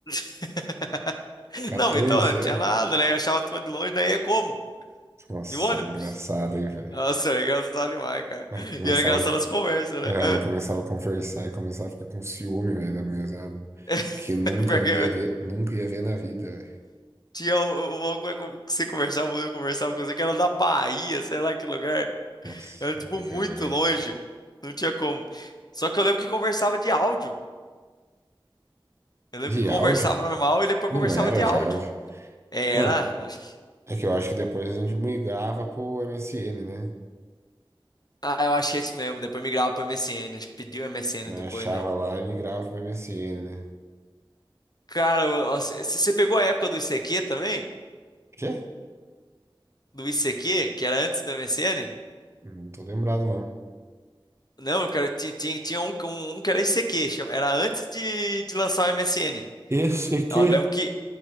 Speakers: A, on the left; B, on the right.
A: <laughs>
B: 14
A: Não, então não tinha
B: anos.
A: nada, né? Eu achava a turma de longe, daí ia como?
B: Nossa,
A: De ônibus?
B: era engraçado, hein, velho.
A: Nossa, era engraçado demais, cara.
B: né, que começava,
A: E era engraçado as conversas, né?
B: é,
A: Hã?
B: né, começava a conversar e começava a ficar com ciúme, velho, da mesada.
A: <laughs>
B: Que nunca
A: Porque
B: via ver, nunca ia ver na vida, velho.
A: tinha o, o maluco que você conversava, eu conversava com você, que era da Bahia, sei lá que lugar.
B: Nossa,
A: Era, tipo,
B: era de
A: muito
B: cagar.
A: longe.
B: velho.
A: Não tinha como. Só que eu lembro que conversava de áudio. Eu lembro
B: De
A: que conversava
B: áudio?
A: normal e depois
B: Não
A: conversava
B: era
A: de áudio.
B: de áudio.
A: É, era,
B: Não,
A: eu acho que.
B: é que eu acho que depois a gente migrava pro MSN, né?
A: Ah, eu achei isso mesmo. Depois migrava pro MSN. Acho que pediu MSN
B: Né,
A: depois,
B: Achava
A: né?
B: lá e migrava pro MSN, né?
A: Cara, eu- nossa, se você pegou a época do ICQ também?
B: Quê?
A: Do ICQ, que era antes do MSN?
B: Não tô lembrado, não.
A: Não, eu quero. Tinha, tinha, tinha um, um, um que era ICQ, chama- era antes de, de lançar o MSN.
B: Esse aqui.
A: Eu lembro que